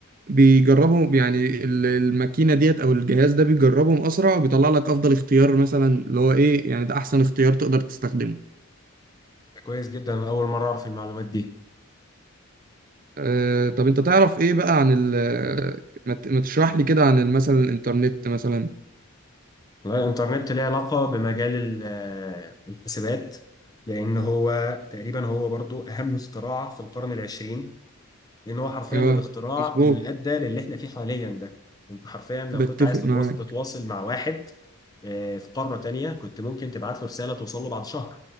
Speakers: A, on the right (about 40°); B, on the left (about 15°).
A: بيجربهم يعني ال- الماكينة ديت أو الجهاز ده بيجربهم أسرع وبيطلع لك أفضل اختيار مثلا اللي هو إيه يعني ده أحسن اختيار تقدر تستخدمه
B: ده كويس جدا أنا أول مرة أعرف المعلومات دي
A: أه طب أنت تعرف إيه بقى عن ال ما ت- ما تشرح لي كده عن ال- مثلا الإنترنت مثلا
B: والله الإنترنت ليه علاقة بمجال ال- آه، الحسابات لأن هو تقريبا هو برضو أهم اختراع في القرن العشرين لان هو حرفيا
A: أه
B: الاختراع
A: مظبوط
B: اللي ادى للي احنا فيه حاليا ده انت حرفيا لو
A: بتفق
B: كنت عايز تتواصل
A: معاك
B: تتواصل مع واحد آه، في قاره تانيه كنت ممكن تبعت له رساله توصل له بعد شهر